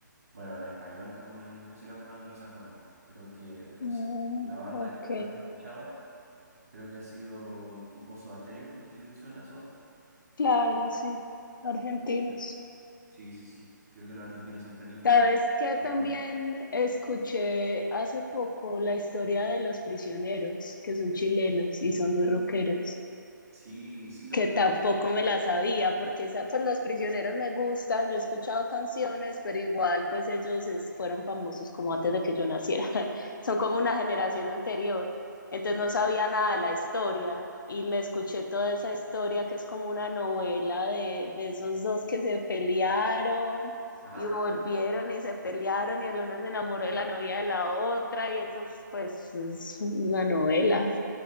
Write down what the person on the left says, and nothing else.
Mm,
ok,
claro, sí, argentinos.
¿Sabes qué?
También
escuché hace poco la historia de los prisioneros, que son chilenos y son muy rockeros.
que
tampoco me la sabía, porque esa, pues los prisioneros me gustan, yo he escuchado canciones, pero igual pues ellos es- fueron famosos como antes de que yo naciera, <laughs> son como una generación anterior, entonces no
sabía nada de la historia y me escuché toda esa historia que es como una novela de, de esos dos que se pelearon
y volvieron y se pelearon y el uno se enamoró de la novia de la otra y eso pues es una novela.